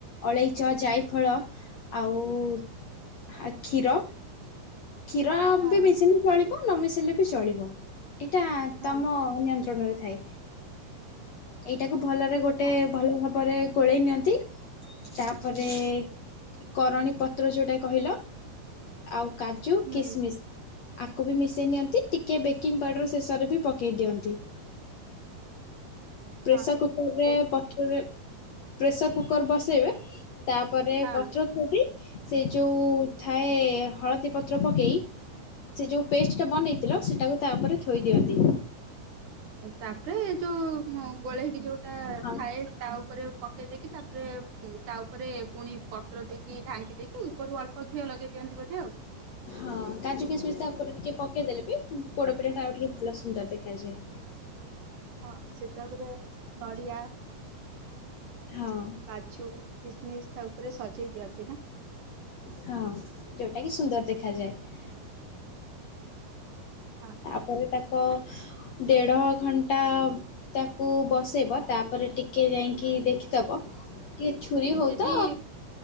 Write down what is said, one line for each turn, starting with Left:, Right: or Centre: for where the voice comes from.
Left: ଅଳେଇଚ ଜାଇଫଳ ଆଉ ହା କ୍ଷୀର କ୍ଷୀର
Right: ହଁ
Left: ବି ମିଶିନି ଚଳିବ ନ ମିଶିଲେ ବି ଚଳିବ। ଏଇଟା
Right: ହଁ
Left: ତୋମ ନିୟନ୍ତ୍ରଣରେ ଥାଏ। ଏଇଟାକୁ ଭଲରେ ଗୋ ଟେ
Right: ହଁ
Left: ଭଲ ଭାବରେ ଗୋଳେଇ ନିଅନ୍ତି। ତାପରେ କରଣୀ ପତ୍ର ଯୋଉଟା କହିଲ ଆଉ କାଜୁ,
Right: ହୁଁ
Left: କିସମିସ ଆକୁ ବି ମିଶେଇ ନିଅନ୍ତି ଟିକେ ବେକିଂ ପାଉଡର ଶେଷରେ ବି ପକେଇ ଦିଅନ୍ତି। ପ୍ରେସର
Right: ହଁ
Left: କୁକର ରେ
Right: ଦେଖ
Left: ପଥରେ, ପ୍ରେସର କୁକର ବସେଇବେ ତାପରେ
Right: ହଁ
Left: ପତ୍ର ଖୁବି ସେ ଯୋଉ ଥାଏ ହଳଦ ଦୀ ପତ୍ର ପକେଇ ସେ ଯୋଉ ପେଷ୍ଟ ଟା ବନେଇଥିଲ ସେଟାକୁ ତା ଉପରେ ଥୋଇ ଦିଅନ୍ତି।
Right: ତାପରେ ଯୋଉ ଅଁ, ଗୋଳେଇକି ଯୋଉଟା
Left: ହଁ
Right: ଥାଏ ତା ଉପରେ ପକେଇ ଦେଇକି ତାପରେ ଉଁ, ତା ଉପରେ ପୁଣି ପତ୍ର ଦେଇକି ଢାଙ୍କି ଦେଇକି ଉପରୁ ଅଳ୍ପ ଘିଅ ଲଗେଇ ଦିଅନ୍ତି ବୋଧେ ଆଉ।
Left: ହଁ କାଜୁ କିସମିସ୍ ତା ଉପରେ ଟିକେ ପକେଇଦେଲେ ବି ପୁ- ପୋଡପିିଠା ଟା ଆଉ ଟିକେ ଭଲ ସୁନ୍ଦର ଦେଖାଯାଏ।
Right: ହଁ ସେ ତାପରେ ନଡ଼ିଆ
Left: ହଁ
Right: କାଜୁ, କିସମିସ ତା ଉପରେ ସଜେଇ ଦିଅନ୍ତି ନା।
Left: ହଁ ଯୋଉଟା କି ସୁନ୍ଦର ଦେଖାଯାଏ।
Right: ହଁ
Left: ପରେ ଟାକ ଦେଢ ଘଣ୍ଟା ତାକୁ ବସେଇବ ତାପରେ ଟିକେ ଯାଇକି ଦେଖିଦବ। କି ଛୁୁରି ହଉ
Right: ଯଦି
Left: ତ